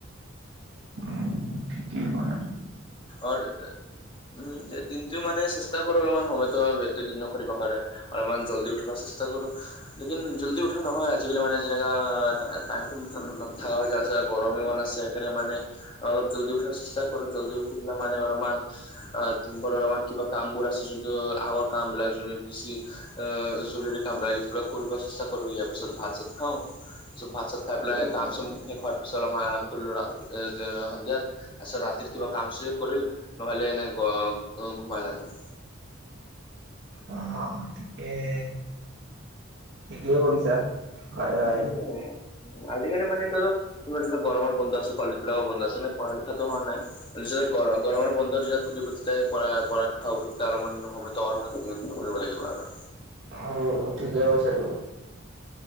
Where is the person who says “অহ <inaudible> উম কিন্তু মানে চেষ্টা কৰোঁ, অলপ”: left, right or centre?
Left